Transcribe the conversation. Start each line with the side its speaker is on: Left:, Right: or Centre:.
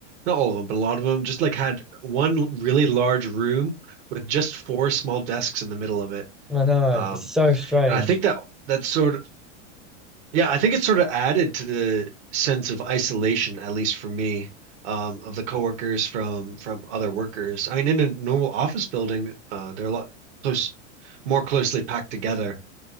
Right: not all of them, but a lot of them, just like had one l- really large room with just four small desks in the middle of it.
Centre: I know,
Right: Um,
Centre: it's so strange.
Right: and I think that that's sort yeah, I think it sort of added to the sense of isolation, at least for me, um, of the coworkers from from other workers. I mean, in a normal office building, uh, they're a lot close, more closely packed together.